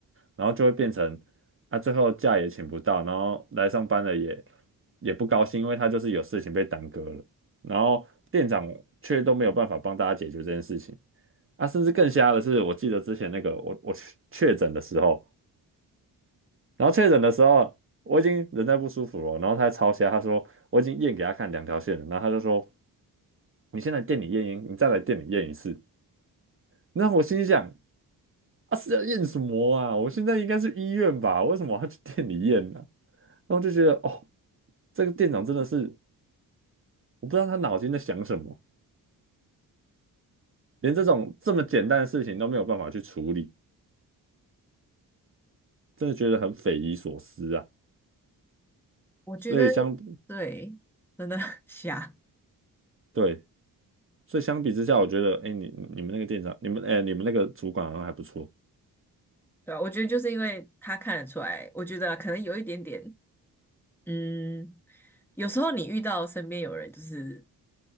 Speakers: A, on the right; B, in the centre.
A: 然后就会变成啊，最后假也请不到，然后来上班了也也不高兴，因为他就是有事情被耽搁了，然后店长却都没有办法帮大家解决这件事情啊，甚至更瞎的是，我记得之前那个我我确确诊的时候，然后确诊的时候。我已经人在不舒服了，然后他还超瞎，他说我已经验给他看两条线了，然后他就说你先来店里验阴，你再来店里验一次。”那我心想：“啊，是要验什么啊？我现在应该是医院吧？为什么我要去店里验呢、然后就觉得哦，这个店长真的是，我不知道他脑筋在想什么，连这种这么简单的事情都没有办法去处理，真的觉得很匪夷所思啊。
B: 我觉得
A: 所以相，
B: 对，真的 <laughs> 瞎，
A: 对，所以相比之下，我觉得，哎，你你们那个店长，你们哎，你们那个主管好像还不错
B: 对啊，我觉得就是因为他看得出来，我觉得啊可能有一点点，嗯，有时候你遇到身边有人就是